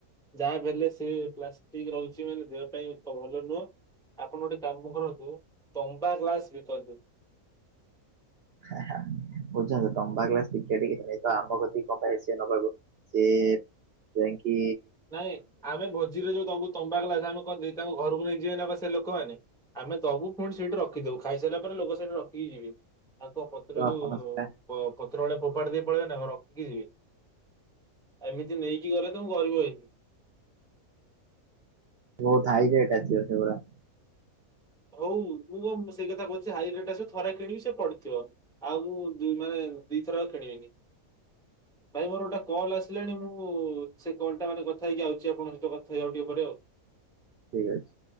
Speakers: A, in the centre; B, on the right.
A: ଯାହା ବି ହେଲେ ସେ ପ୍ଲାଷ୍ଟିକ ରହୁଚି ମାନେ ଦେହ ପାଇଁ ତ ଭଲ ନୁହଁ। ଆପଣ ଗୋଟେ କାମ କରନ୍ତୁ ତମ୍ବା ଗ୍ଲାସ ବିକନ୍ତୁ।
B: ହାଁ ହାଁ। ବୁଝୁଚନ୍ତି ତମ୍ବା ଗ୍ଲାସ <unintelligible> ଆମ କତିକି କଂପାଇ ଆସିବେ ନବାକୁ। ସିଏ ଯାଇଁକିି
A: ନାଇଁ ଆମେ ଭୋଜିରେ ଯୋଉ ଦୋବୁ ତମ୍ବା ଗ୍ଲାସ। ଆମେ କଣ ଦେଇ ତାଙ୍କ ଘରକୁ ନେଇ ଯିବେନା କଣ ସେ ଲୋକମାନେ। ଆମେ ଦୋବୁ ପୁଣି ସେଇଠି ରଖିଦୋବୁ। ଖାଇସାରିଲା ପରେ ଲୋକ ସେଇଠି ରଖିକି ଯିବେ। ଆଉ କଣ ପତ୍ର
B: ତ
A: ଯୋଉ
B: ଆପଣ ସେଟା
A: ପ-ପତ୍ର ଭଳିଆ ଫୋପାଡି ଦେଇ ପଳେଇବେ ନା କଣ ରଖିକି ଯିବେ। ଏମିତି ନେଇକି ଗଲେ ତ ମୁଁ ଗରିବ ହେଇଯି
B: ବୋହୁତ ହାଇ ରେଟ୍ ଆସିବ ସେଗୁଡା।
A: ହୋଉ ମୁଁ କଣ ସେଇ କଥା କୋହୁଚି ହାଇ ରେଟ୍ ଆସିବ ଥରେ କିଣିବି ସେ ପଡିଥିବ‌। ଆଉ ମୁଁ ଦୁଇ ମାନେ ଦିଇ ଥର ଆଉ କିଣିବିନି। ଭାଇ ମୋର ଗୋଟେ କଲ୍ ଆସିଲାଣି। ମୁଁ ସେ କଲ୍ ଟା ମାନେ କଥା ହେଇକି ଆଉଚି। ଆପଣଙ୍କ ସହିତ କଥା ହେବି ଆଉ ଟିକେ ପରେ ଆଉ।
B: ଠିକ୍ ଅଛି।